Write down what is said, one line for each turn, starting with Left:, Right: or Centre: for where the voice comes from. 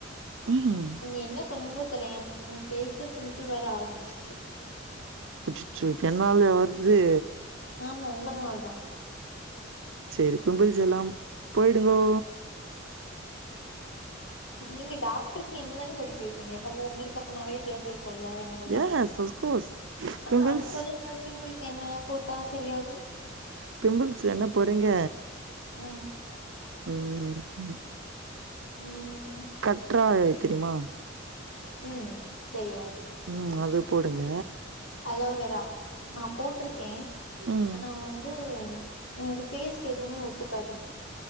Right: ம்
Left: நீங்க என்ன சொன்னீங்களோ தெர்ல எம் ஃபேஸ்ல பிம்பிள் வர ஆரம்பிச்சுர்ச்சு
Right: அச்சச்சோ இப்ப என்னாலய வருது
Left: ஆமா உங்கள் நாள் தா
Right: சேரி பிம்பிள்ஸ் எல்லாம் போயிடுங்கோ
Left: நீங்க டாக்ட்ருக்கு என்ன தானே படிக்க வச்சீங்க ஒங்களுக்கு அப்ப நெறைய தெரிஞ்சிரு குல்ல என்ன விட
Right: எஸ் அஃப்கோர்ஸ்
Left: ஆ
Right: பிம்பிள்ஸ் பிம்பிள்ஸ்
Left: அத சொல்லுங்க இவுங்களுக்கு என்ன போட்டா சரியாகு
Right: பிம்பிள்ஸ்கு என்ன போட்றீங்க
Left: ம்
Right: ம் ம்
Left: ம்
Right: கற்றாழை தெரியுமா
Left: ம் தெரியும்
Right: ம் அது போடுங்க
Left: ஹலோவேரா நா போட்ருக்கே
Right: ம்
Left: ஆனா வந்து என்னோட ஃபேஸ்க்கு எதுவுமே ஒத்துக்காது